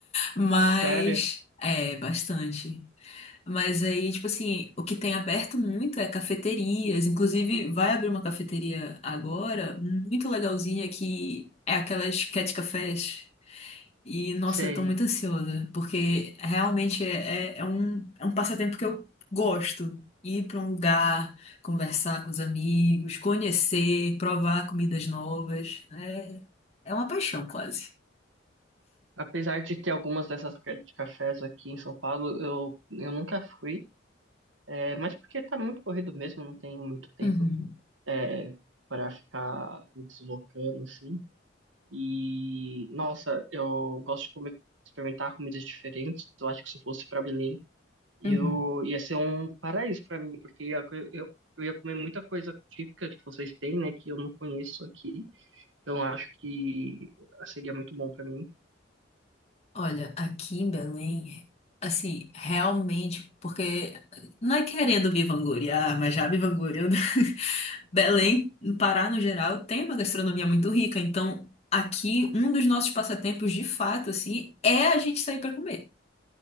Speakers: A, on the left (about 35°); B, on the right (about 85°).
A: Mas,
B: sério?
A: é, bastante. Mas aí, tipo assim, o que tem aberto muito é cafeterias. Inclusive, vai abrir uma cafeteria agora, muito legalzinha, que é aquelas cat cafés. E, nossa,
B: Sei.
A: eu tô muito ansiosa, porque realmente é, é, é um, é um passatempo que eu gosto. Ir pra um lugar, conversar com os amigos, conhecer, provar comidas novas. É, é uma paixão, quase.
B: Apesar de ter algumas dessas ca- de cafés aqui em São Paulo, eu, eu nunca fui. É, mas porque tá muito corrido mesmo, não tenho muito tempo
A: Uhum,
B: é, para ficar me deslocando assim. E, nossa, eu gosto de comer, experimentar comidas diferentes. Eu acho que se eu fosse para Belém, eu,
A: uhum.
B: ia ser um paraíso para mim, porque ia eu, eu ia comer muita coisa típica que vocês têm, né, que eu não conheço aqui. Então, eu acho que seria muito bom para mim.
A: Olha, aqui em Belém, assim, realmente, porque não é querendo me vangloriar, mas já me vangloriando. <laughs> Belém, no Pará no geral, tem uma gastronomia muito rica, então aqui um dos nossos passatempos de fato, assim, é a gente sair para comer.